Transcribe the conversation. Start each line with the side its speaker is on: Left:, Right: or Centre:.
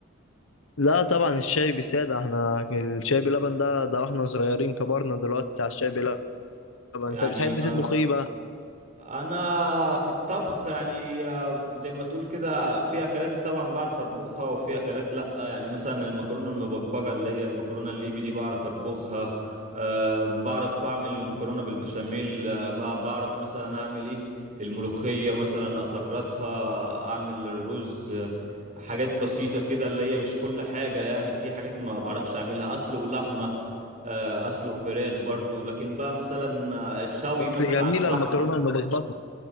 Left: لا طبعا الشاي بسادة احنا الشاي بلبن ده ده واحنا صغيرين كبرنا دلوقتي على الشاي بلبن
Right: يعني
Left: انت بتحب
Right: ما
Left: تطبخ ايه بقى
Right: انا في الطبخ يعني آه، بت- زي ما تقول كده في اكلات طبعا بعرف اطبخها وفي اكلات لا يعني مثلا المكرونه المبكبجه اللي هي المكرونه الليبي دي بعرف اطبخها أه بعرف اعمل مكرونه بالبشاميل أه ما بعرف مثلا اعمل ايه الملوخيه مثلا اخرطها اعمل الرز آه، حاجات بسيطه كده اللي هي مش كل حاجه يعني في حاجات ما بعرفش اعملها اسلق لحمه آه، اسلق فراخ برضو لكن بقى مثلا آه، الشوي
Left: بس
Right: مثلا
Left: جميلة
Right: على الفحم
Left: المكرونة المبكبكة